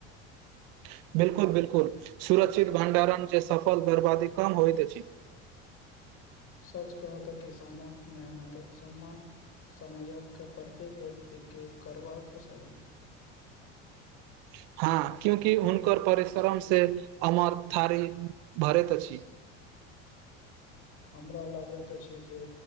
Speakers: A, on the right; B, on the left.
A: <inaudible> बिल्कुल बिल्कुल सुरक्षित भण्डारण जे सफल बर्बादी कम होइत अछि <inaudible>
B: सच कहू तऽ किसानक मेहनतक सम्मान समाजक प्रत्येक व्यक्ति के करवा कसाई
A: <inaudible> हँ क्यूंकि हुनकर परिश्रम से अमर थारी भरैत अछि <inaudible>
B: हमरा लागैत अछि जे